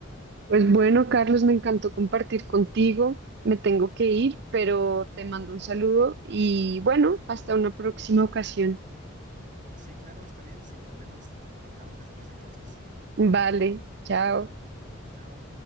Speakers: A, on the right; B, on the right.
A: Pues bueno, Carlos, me encantó compartir contigo. Me tengo que ir, pero te mando un saludo y bueno, hasta una próxima ocasión.
B: Sí, claro, está bien, sin problemas. Hablamos después entonces.
A: Vale, chao.
B: Chao.